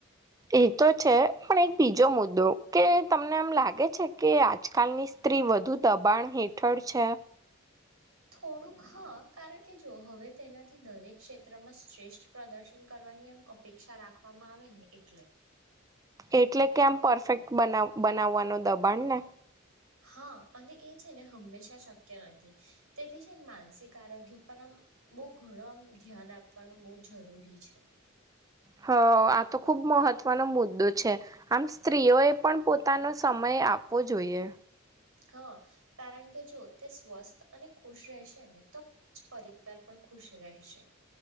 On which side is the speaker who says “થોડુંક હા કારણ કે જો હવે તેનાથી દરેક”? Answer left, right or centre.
Right